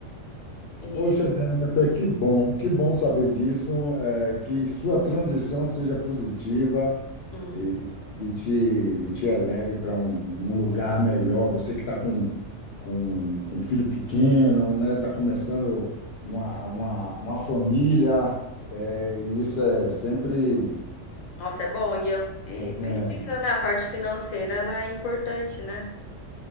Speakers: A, on the left; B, on the left.
A: E,
B: Poxa, Jennifer, que bom, que bom saber disso, é, que sua transição seja positiva
A: uhum.
B: e, e te, e te eleve para um, um lugar melhor. Você que está com, com, com um filho pequeno, né? Está começando uma, uma, uma família, é, e isso é sempre
A: nossa, é bom. E, eu, e
B: né,
A: precisa, né? A parte financeira, ela é importante, né?